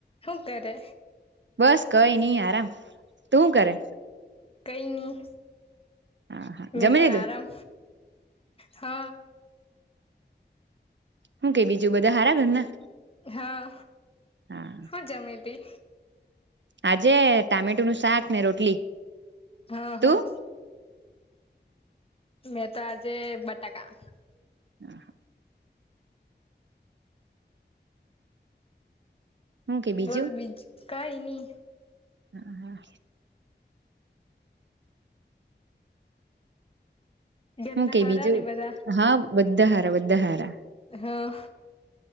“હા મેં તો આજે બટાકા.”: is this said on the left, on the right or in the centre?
Left